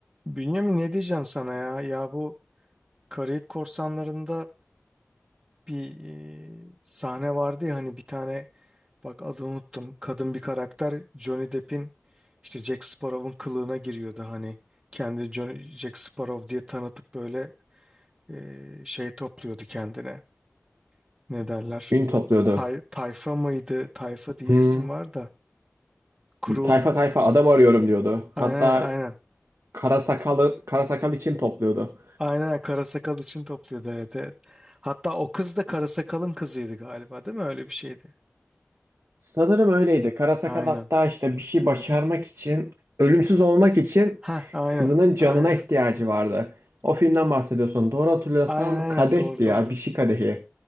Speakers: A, on the right (about 25°); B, on the right (about 70°).
A: Bünyamin ne diyeceğim sana ya? Ya bu Karayip Korsanları'nda bir e, sahne vardı ya hani bir tane bak adını unuttum. Kadın bir karakter Johnny Depp'in işte Jack Sparrow'un kılığına giriyordu hani. Kendi Johnny, Jack Sparrow diye tanıtıp böyle e, şey topluyordu kendine. Ne derler?
B: Ün topluyordu.
A: Tay, tayfa mıydı? Tayfa diye
B: Hmm.
A: isim var da. Krul.
B: Tayfa tayfa adam arıyorum diyordu.
A: Aynen
B: Hatta
A: aynen.
B: kara sakalı, kara sakal için topluyordu.
A: Aynen Karasakal için topluyordu evet evet. Hatta o kız da Karasakal'ın kızıydı galiba değil mi? Öyle bir şeydi.
B: Sanırım öyleydi. Kara sakal
A: Aynen.
B: hatta işte bir şey başarmak için, ölümsüz olmak için
A: Ha aynen.
B: kızının canına
A: Aynen.
B: ihtiyacı vardı. O filmden bahsediyorsun. Doğru hatırlıyorsam
A: Aynen aynen
B: kadehti
A: doğru doğru.
B: ya. Bir şey kadehi.